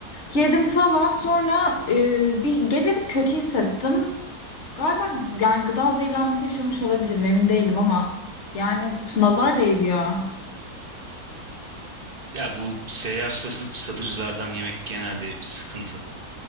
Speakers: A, on the left; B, on the right.
A: Yedim falan. Sonra e, bir gece bir kötü hissettim. Galiba yani gıda zehirlenmesi yaşamış olabilirim emin değilim ama. Yani nazar değdi ya.
B: Ya bu seyyar sa- satıcılardan yemek genelde sıkıntı.